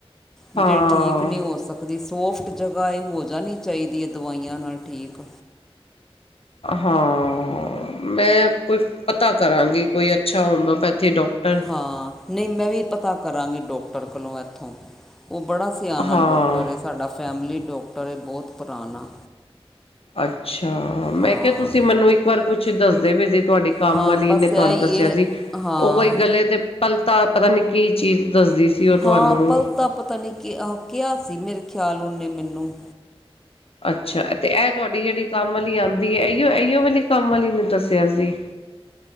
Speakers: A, in the centre; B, on the left.
A: ਵੀ
B: ਹਾਂ
A: ਜਿਹੜੀ ਠੀਕ ਨਹੀਂ ਹੋ ਸਕ ਉਹਦੀ ਸੋਫਟ ਜਗ੍ਹਾ ਏ, ਇਹ ਹੋ ਜਾਣੀ ਚਾਹੀਦੀ ਏ ਦਵਾਈਆਂ ਨਾਲ ਠੀਕ।
B: ਹਾਂ ਮੈਂ ਕੋਈ ਪਤਾ ਕਰਾਂਗੀ, ਕੋਈ ਅੱਛਾ ਹੋਮਿਓਪੈਥੀ ਡਾਕਟਰ।
A: ਹਾਂ ਨਹੀਂ ਮੈਂ ਵੀ ਪਤਾ ਕਰਾਂਗੀ ਡੋਕਟਰ ਕੋਲੋਂ ਇੱਥੋਂ, ਉਹ ਬੜਾ ਸਿਆਣਾ
B: ਹਾਂ
A: ਡੋਕਟਰ ਏ, ਸਾਡਾ ਫੈਮਿਲੀ ਡੋਕਟਰ ਏ, ਬਹੁਤ ਪੁਰਾਣਾ।
B: ਅੱਛਾ, ਮੈਂ
A: ਹਾਂ
B: ਕਿਹਾ ਤੁਸੀਂ ਮੈਨੂੰ ਇੱਕ ਵਾਰ ਕੁਛ ਦੱਸਦੇ ਵੀ ਜੇ ਤੁਹਾਡੀ ਕੰਮ
A: ਹਾਂ
B: ਵਾਲੀ
A: ਬਸ
B: ਨੇ
A: ਇਹ
B: ਤੁਹਾਨੂੰ
A: ਹੀ
B: ਦੱਸਿਆ
A: ਹੈ
B: ਸੀ,
A: ਹਾਂ
B: ਉਹ ਕੋਈ ਗਲੇ ਤੇ ਪਲ ਤਾਂ ਪਤਾ ਨੀ ਕੀ ਚੀਜ਼ ਦੱਸਦੀ ਸੀ। ਉਹ
A: ਹਾਂ
B: ਤੁਹਾਨੂੰ
A: ਪਲ ਤਾਂ ਪਤਾ ਨਹੀਂ ਕਿਹਾ ਸੀ, ਮੇਰੇ ਖਿਆਲ ਉਹਨੇ ਮੈਨੂੰ
B: ਅੱਛਾ ਤੇ ਇਹ ਤੁਹਾਡੀ ਜਿਹੜੀ ਕੰਮ ਵਾਲੀ ਆਂਦੀ ਐ, ਇਹੀਓ- ਇਹੀਓ ਵਾਲੀ ਕੰਮ ਵਾਲੀ ਨੇ ਦੱਸਿਆ ਸੀ।